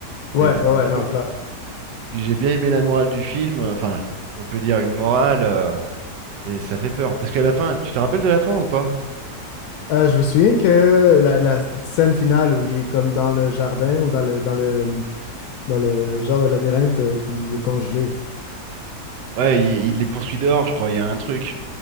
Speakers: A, on the left (about 75°); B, on the right (about 90°).
A: ouais,
B: C'est c'est
A: ouais,
B: de
A: ouais,
B: la folie.
A: non, clair.
B: Puis j'ai bien aimé la morale du film, euh, enfin, si on peut dire une morale, euh, et ça fait peur. Parce qu'à la fin, tu te rappelles de la fin ou pas?
A: Euh, je me souviens que la, la scène finale où il est comme dans le jardin ou dans le, dans le, dans le genre de labyrinthe, euh, puis il est congelé.
B: Ouais, il, il les poursuit dehors, je crois, il y a un truc.